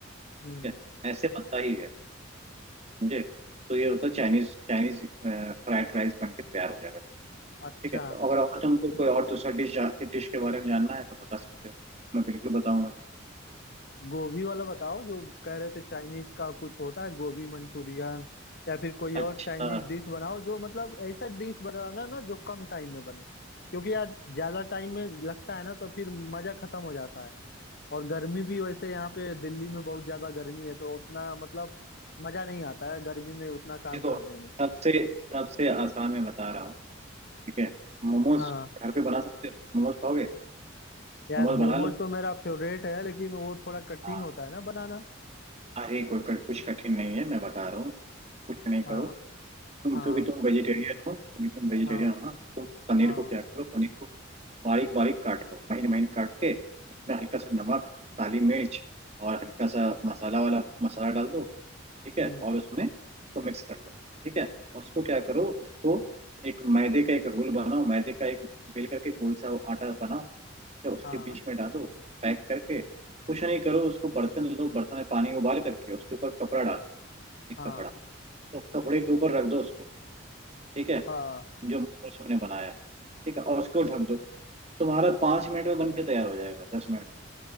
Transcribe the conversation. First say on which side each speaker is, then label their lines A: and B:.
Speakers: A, on the left; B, on the right.
A: हम्म
B: ठीक है ऐसे बनता ही है समझे तो ये होता है चाइनीज चाइनीज फ्राइड राइस बन के तैयार हो जाएगा तो
A: अच्छा
B: ठीक है अगर और तुमको कोई और दूसरा डिश के डिश के बारे में जानना है तो बता सकते हो मैं बिल्कुल बताऊंगा तुमको
A: गोभी वाला बताओ जो कह रहे थे चाइनीज का कुछ होता है गोभी मंचूरियन या फिर कोई और
B: अच्छा
A: चाइनीज डिश बनाओ जो मतलब ऐसा डिश बनाना ना जो कम टाइम में बने क्योंकि यार ज्यादा टाइम में लगता है ना तो फिर मजा खत्म हो जाता है और गर्मी भी वैसे यहाँ पे दिल्ली में बहुत ज्यादा गर्मी है तो उतना मतलब मजा नहीं आता है गर्मी में उतना काम
B: देखो
A: करने में
B: सबसे सबसे आसान मैं बता रहा हूँ ठीक है मोमोज
A: हाँ
B: घर पे बना सकते हो मोमोज खाओगे
A: यार
B: मोमोज
A: मोमोज
B: बना
A: तो मेरा फेवरेट है लेकिन वो थोड़ा कठिन
B: लो
A: होता है ना बनाना
B: अरे कोई कोई कुछ कठिन नहीं है मैं बता रहा हूँ कुछ नहीं करो
A: हाँ
B: तुम
A: हाँ
B: क्योंकि तुम वेजिटेरियन हो क्योंकि तुम वेजिटेरियन
A: हाँ
B: हो ना तुम पनीर
A: हाँ
B: को क्या करो पनीर को बारीक बारीक काट लो महीन महीन काट के उसमें हल्का सा नमक काली मिर्च और हल्का सा मसाला वाला मसाला डाल दो ठीक है
A: हम्म,
B: और उसमें उसको मिक्स कर लो ठीक है उसको क्या करो उसको एक मैदे का एक रोल बनाओ मैदे का एक बेल करके गोल सा आटा बनाओ ठीक है उसके
A: हाँ
B: बीच में डालो पैक करके कुछ नहीं करो उसको बर्तन लो बर्तन में पानी उबाल करके उसके ऊपर कपड़ा डाल दो एक
A: हाँ
B: कपड़ा तो कपड़े के ऊपर रख दो उसको ठीक है
A: हाँ
B: जो मौसम ने बनाया है ठीक है और उसको ढक दो तुम्हारा पाँच मिनट में बन के तैयार हो जाएगा दस मिनट